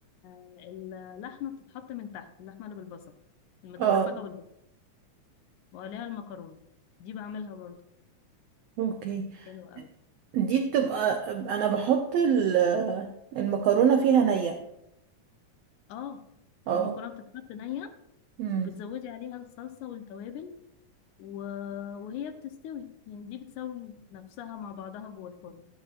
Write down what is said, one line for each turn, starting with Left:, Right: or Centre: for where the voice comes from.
Left: اللحمه بتتحط من تحت اللحمه اللي بالبصل المتعصجه
Right: اه
Left: بالبصل وعليها المكرونه دي بعملها برضه
Right: اوكي
Left: حلوه قوي
Right: دي بتبقى انا بحط ال- المكرونة فيها نية
Left: اه
Right: اه
Left: المكرونه بتتحط نيه
Right: امم
Left: وبتزودي عليها الصلصه والتوابل و... وهي بتستوي يعني دي بتسوي نفسها مع بعضها جوه الفرن